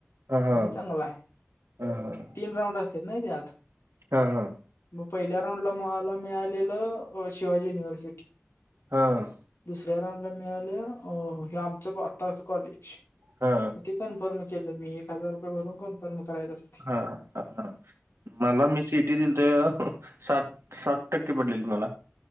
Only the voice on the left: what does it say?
आणि चांगला हाय.
तीन राऊंड असत नाही त्यात.
म् पहिल्या राऊंडला मला मिळालेलं शिवाजी युनिव्हर्सिटी.
दुसऱ्या राऊंडला मिळाल्या अ हे आमचं आताच कॉलेज.
ते कन्फर्म केलं मी एक हजार रुपय भरून कन्फर्म करायच असतय.